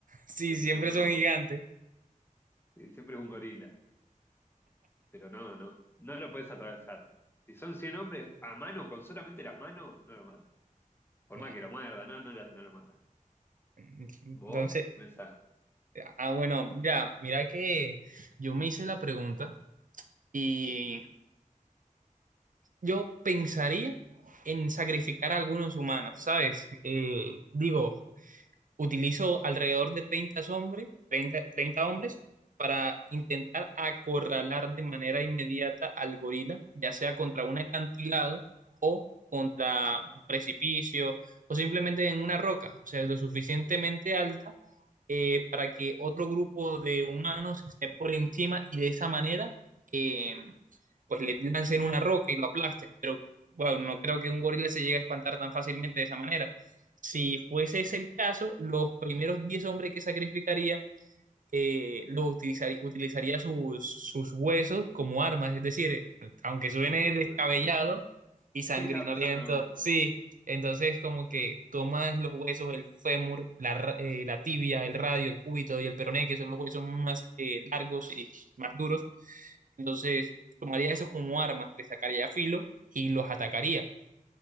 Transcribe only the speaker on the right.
Sí,
siempre
son gigantes.
Nah,
Entonces,
ah, bueno, ya, mira que yo me hice la pregunta Y yo pensaría en sacrificar a algunos humanos, ¿sabes? Eh, digo, utilizo alrededor de 30 hombres, 30 30 hombres para intentar acorralar de manera inmediata al gorila, ya sea contra un acantilado o contra un precipicio o simplemente en una roca, o sea, lo suficientemente alta eh, para que otro grupo de humanos esté por encima y de esa manera eh, pues le lancen una roca y lo aplasten. Pero bueno, no creo que un gorila se llegue a espantar tan fácilmente de esa manera. Si fuese ese el caso, los primeros 10 hombres que sacrificaría eh, los utilizaría, utilizaría sus, sus huesos como armas. Es decir, aunque suene
descabellado
y sangrinoliento,
sí. Entonces, como que tomas los huesos, el fémur, la, ra- eh, la tibia, el radio, el cúbito y el peroné, que son los huesos más eh, largos y más duros. Entonces, tomaría esos como armas, le sacaría filo y los atacaría.